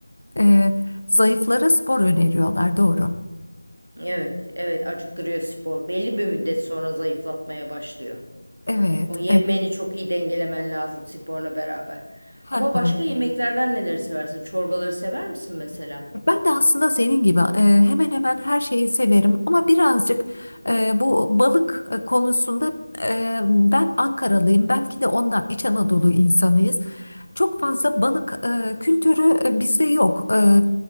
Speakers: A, on the left; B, on the right.
A: e, zayıflara spor öneriyorlar. Doğru.
B: Evet, evet acıktırıyor spor. Belli bir müddet sonra zayıflatmaya başlıyor.
A: Evet.
B: O yemeğini
A: evet.
B: çok iyi dengelemen lazım sporla beraber.
A: <laughs>
B: Ama başka yemeklerden neleri seversin? Çorbaları sever misin mesela?
A: Ben de aslında senin gibi e, hemen hemen her şeyi severim ama birazcık e, bu balık e, konusunda e, ben Ankaralıyım belki de ondan İç Anadolu insanıyız. Çok fazla balık e, kültürü e, bizde yok. E,